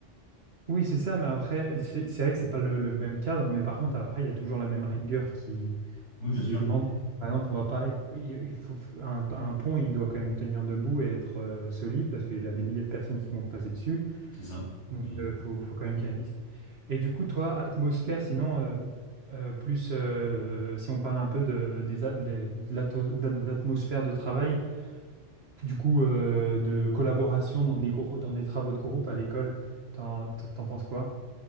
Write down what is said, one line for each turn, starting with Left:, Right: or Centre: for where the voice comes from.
Right: Oui, c'est ça, mais après, c'est c'est vrai que c'est pas le, le même cadre, mais par contre, après, il y a toujours la même rigueur qui,
Left: Oui, bien
Right: qui
Left: sûr,
Right: est demandé. Par exemple, on va pas, il il faut, un, un pont, il doit quand même tenir debout et être euh, solide parce qu'il y a des milliers de personnes qui vont passer dessus.
Left: c'est ça.
Right: Donc,
Left: Mais
Right: il faut, faut quand même qu'il résiste. Et du coup, toi, atmosphère, sinon, euh, euh, plus euh, si on parle un peu de, des a- des- de l'ato- de l'atmosphère de travail, du coup, euh, de collaboration dans des, gros, dans des travaux de groupe à l'école, t'en, t'en penses quoi?